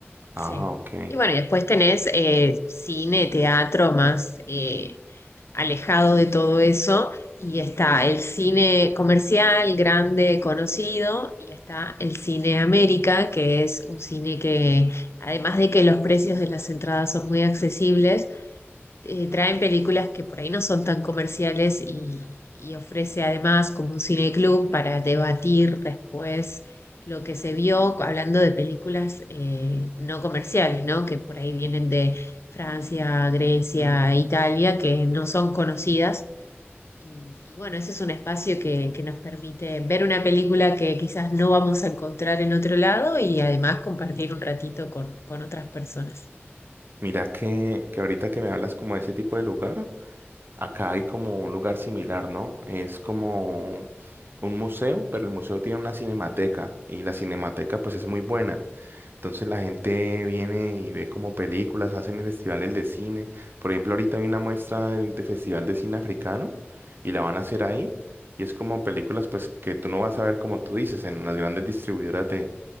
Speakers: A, on the right; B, on the left.
A: Ah,
B: Sí.
A: ok.
B: Y bueno, y después tenés eh, cine, teatro, más eh, alejado de todo eso. Y está el cine comercial, grande, conocido, y está el cine América, que es un cine que, además de que los precios de las entradas son muy accesibles, eh, traen películas que por ahí no son tan comerciales y, y ofrece además como un cineclub para debatir después lo que se vio hablando de películas eh, no comerciales, ¿no? Que por ahí vienen de Francia, Grecia,
A: Mm.
B: Italia, que no son conocidas. Y, y bueno, ese es un espacio que, que nos permite ver una película que quizás no vamos a encontrar en otro lado y además compartir un ratito con, con otras personas.
A: Mira que, que ahorita que me hablas como de ese tipo de lugar, acá hay como un lugar similar, ¿no? Es como un museo, pero el museo tiene una cinemateca y la cinemateca pues es muy buena. Entonces la gente viene y ve como películas, hacen festivales de cine. Por ejemplo, ahorita hay una muestra de, de festival de cine africano y la van a hacer ahí. Y es como películas pues que tú no vas a ver como tú dices en las grandes distribuidoras de,